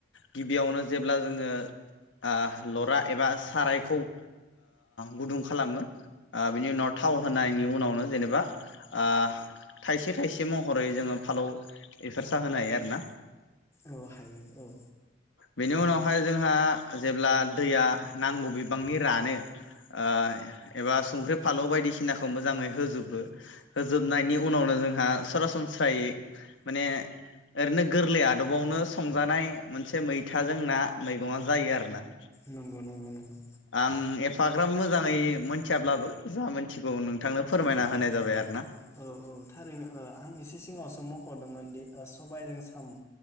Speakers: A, on the left; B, on the left.
A: गिबियावनो जेब्ला जोंङो ओ लरा एबा साराइखौ ओ गुदुं खालामो ओ बिनि उनाव थाव होनायनि उनावनो जेनेबा ओ थायसे थायसे महरै जोङो फालौ बेफोर सा होनो हायो आरोना।
B: औ हायो औ।
A: बेनि उनावहाय जोंहा जेब्ला दैया नांगौ बिबांनि रानो ओ एबा संख्रि फालौ बायदिसिनाखौ मोजाङै होजोबो होजोबनायनि उनावनो जोंहा सरासनस्रायै माने ओरैनो गोरलै आदबावनो संजानाय मोनसे मैथाजों ना मैगङा जायो आरो ना।
B: नंगौ नंगौ नंगौ।
A: आं एफाग्राब मोजाङै मोनथियाब्लाबो जा मोनथिगौ नोंथांनो फोरमायना
B: नंगौ
A: होनाय जाबाय आरो ना।
B: औ औ थारैनो ओ आं इसे सिगाङावसो मखदोंमोन दि सबायजों सामु